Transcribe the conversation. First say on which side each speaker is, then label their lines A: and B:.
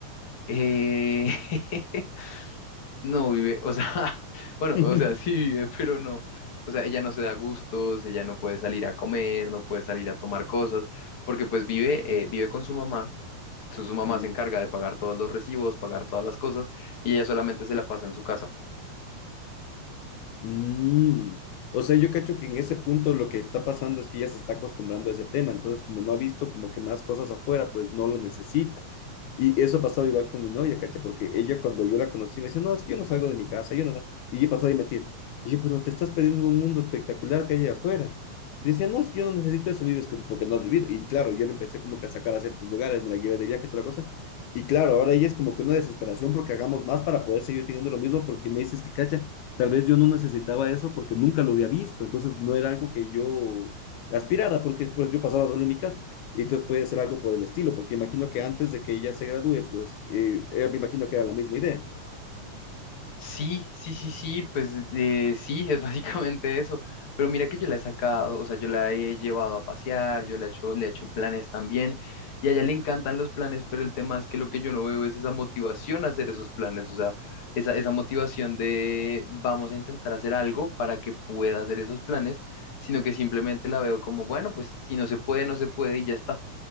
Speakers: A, on the left; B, on the left.
A: eh, <laughs> no vive, o sea, <laughs> bueno,
B: <laughs>
A: o sea, sí vive, pero no. O sea, ella no se da gustos, ella no puede salir a comer, no puede salir a tomar cosas, porque pues vive, eh, vive con su mamá entonces su mamá
B: Mm,
A: se encarga de pagar todos los recibos, pagar todas las cosas, y ella solamente se la pasa en su casa.
B: mm. O sea, yo cacho que en ese punto lo que está pasando es que ya se está acostumbrando a ese tema, entonces como no ha visto como que más cosas afuera, pues no lo necesita. Y eso ha pasado igual con mi novia, ¿cacha? Porque ella cuando yo la conocí me dice, no, es que yo no salgo de mi casa, yo no... da-". Y yo he pasado y mentir Y yo, pero te estás perdiendo de un mundo espectacular que hay allá afuera. Dice, no, es que yo no necesito eso, le digo, "Es que porque no has vivido. Y claro, yo le empecé como que a sacar a ciertos lugares, me la llevé de viaje y toda la cosa. Y claro, ahora ella es como que una desesperación porque hagamos más para poder seguir teniendo lo mismo, porque me dices que, cacha, tal vez yo no necesitaba eso porque nunca lo había visto, entonces no era algo que yo aspirara, porque pues yo pasaba solo en mi casa y entonces puede ser algo por el estilo, porque imagino que antes de que ella se gradúe, pues eh, eh, me imagino que era la misma idea.
A: Sí, sí, sí, sí, pues eh, sí, es <laughs> básicamente eso. Pero mira que yo la he sacado, o sea, yo la he llevado a pasear, yo la he hecho, le he hecho planes también, y a ella le encantan los planes, pero el tema es que lo que yo no veo es esa motivación a hacer esos planes, o sea, esa, esa motivación de vamos a intentar hacer algo para que pueda hacer esos planes, sino que simplemente la veo como, bueno, pues si no se puede, no se puede y ya está.